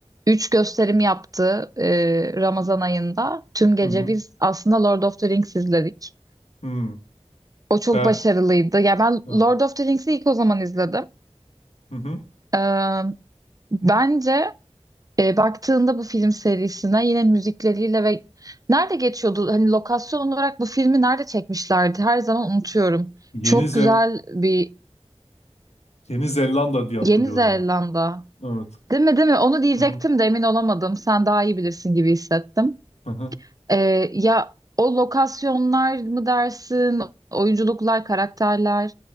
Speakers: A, on the right; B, on the left.
A: 3 gösterim yaptı e, Ramazan ayında. Tüm gece
B: Hı hı.
A: biz aslında Lord of the Rings izledik.
B: Hı.
A: O çok
B: Ha,
A: başarılıydı. Ya ben
B: evet.
A: Lord of the Rings'i ilk o zaman izledim.
B: Hı hı.
A: E, bence E, baktığında bu film serisine yine müzikleriyle ve nerede geçiyordu? Hani lokasyon olarak bu filmi nerede çekmişlerdi? Her zaman unutuyorum.
B: Yeni
A: Çok
B: Zel
A: güzel bir
B: Yeni Zelanda diye hatırlıyorum
A: Yeni Zelanda.
B: bu. Evet.
A: Değil mi, değil mi? Onu diyecektim
B: Hı hı.
A: de emin olamadım. Sen daha iyi bilirsin gibi hissettim.
B: Hı hı.
A: Ee, ya o lokasyonlar mı dersin, oyunculuklar, karakterler.